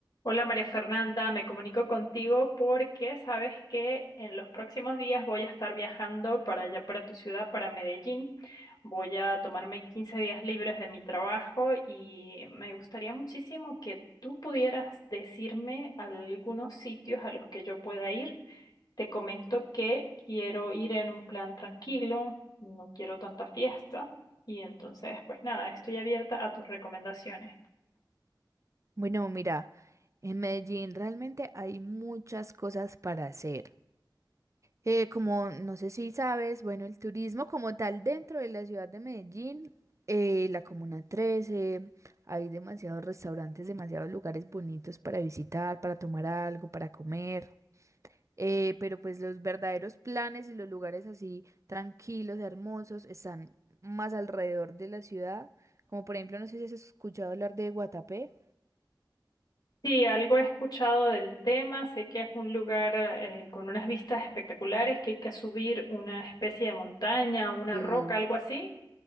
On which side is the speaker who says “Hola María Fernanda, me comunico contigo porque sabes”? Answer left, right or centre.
Left